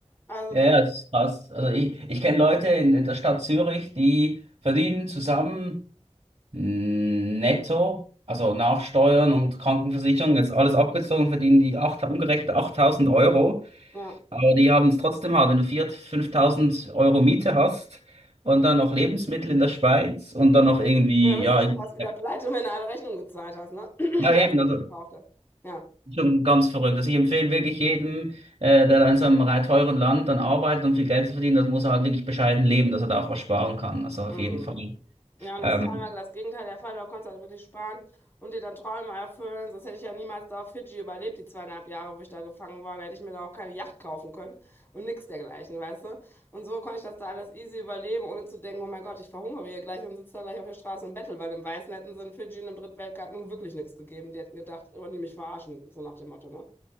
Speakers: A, on the left (about 20°); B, on the right (about 50°).
A: Also,
B: Ja,
A: der-
B: ja, das ist krass. Also ich, ich kenne Leute in, in der Stadt Zürich, die verdienen zusammen mm, netto, also nach Steuern und Krankenversicherung, jetzt alles abgezogen, verdienen die acht, umgerechnet 8000 Euro.
A: ja,
B: Aber die haben es trotzdem hart, wenn du 4.000, 5.000 Euro Miete hast und dann noch Lebensmittel in der Schweiz und dann noch irgendwie,
A: Ja, du bist
B: ja,
A: ja schon
B: in-
A: fast wieder pleite, wenn du alle Rechnungen gezahlt hast, ne? <clears throat> Und
B: ja eben,
A: Essen
B: also
A: gekauft hast. Ja.
B: Schon ganz verrückt. Also ich empfehle wirklich jedem, äh, der da in so einem rei- teuren Land dann arbeitet und viel Geld zu verdienen, das muss er halt wirklich bescheiden leben, dass er da auch was sparen kann. Also auf
A: Mhm.
B: jeden Fall.
A: Ja, und
B: Ähm,
A: das war immer das Gegenteil der Fall. Du konntest halt wirklich sparen und dir dann Träume erfüllen. Sonst hätte ich ja niemals da auf Fidschi überlebt, die zweieinhalb Jahre, wo ich da gefangen war. Da hätte ich mir da auch keine Yacht kaufen können und nichts dergleichen, weißt du? Und so konnte ich das da alles easy überleben, ohne zu denken, oh mein Gott, ich verhungere hier gleich und sitze da gleich auf der Straße und bettel, weil im Weißen hätten sie in Fidschi in einem Drittweltgarten nun wirklich nichts gegeben. Die hätten gedacht, oh, die mich verarschen, so nach dem Motto, ne?